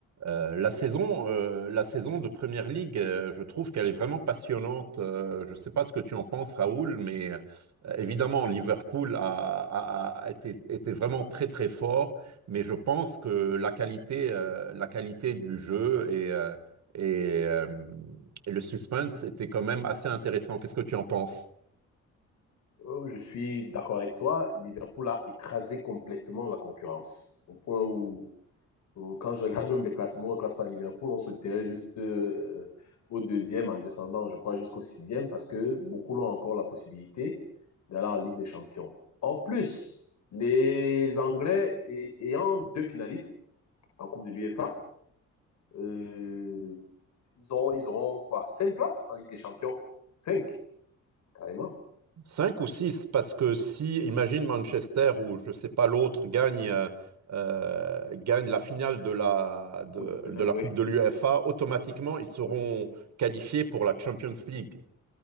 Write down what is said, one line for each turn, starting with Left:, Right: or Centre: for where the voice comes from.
Right: Euh, la saison, euh, la saison de Première Ligue, euh, je trouve qu'elle est vraiment passionnante. Euh, je ne sais pas ce que tu en penses, Raoul, mais euh, évidemment, Liverpool a, a- a été, était vraiment très, très fort. Mais je pense que la qualité, euh, la qualité du jeu et, euh, et, euh, et le suspense étaient quand même assez intéressants. Qu'est-ce que tu en penses?
Left: Euh, Je suis d'accord avec toi. Liverpool a écrasé complètement la concurrence. Au point où, où quand je regarde même les classements, on ne classe pas Liverpool, on se terrait juste euh, au deuxième en descendant, je crois, jusqu'au sixième, parce que beaucoup l'ont encore la possibilité d'aller en Ligue des Champions. En plus, les Anglais ay- ayant deux finalistes en Coupe de l'UEFA, euh, ils ont, ils auront quoi? Cinq places en Ligue des Champions. Cinq, carrément.
Right: Cinq ou six, parce que si, imagine Manchester ou je sais pas l'autre gagne, euh, euh, gagne la finale de la, de,
Left: ou Tottenham,
Right: de la
Left: oui.
Right: Coupe de l'UEFA, automatiquement ils seront
Left: oui.
Right: qualifiés pour la Champions League.